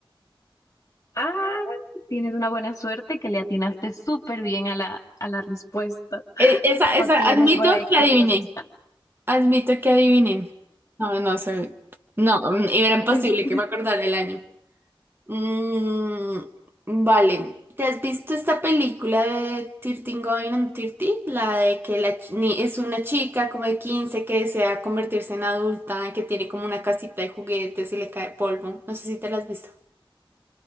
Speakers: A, on the left (about 35°); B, on the right (about 25°).
A: Ah, tienes una buena suerte que le atinaste súper bien a la, a la respuesta.
B: Eh, esa,
A: O
B: esa,
A: tienes
B: admito
A: por ahí
B: que
A: que
B: adiviné.
A: estás buscando.
B: Admito que adiviné. No, no sé. No, era imposible
A: <laughs>
B: que me acordara el año. Mm, vale. ¿Te has visto esta película de 13 Going on 30? La de que la ch- ni- es una chica como de 15 que desea convertirse en adulta, que tiene como una casita de juguetes y le cae polvo. No sé si te la has visto.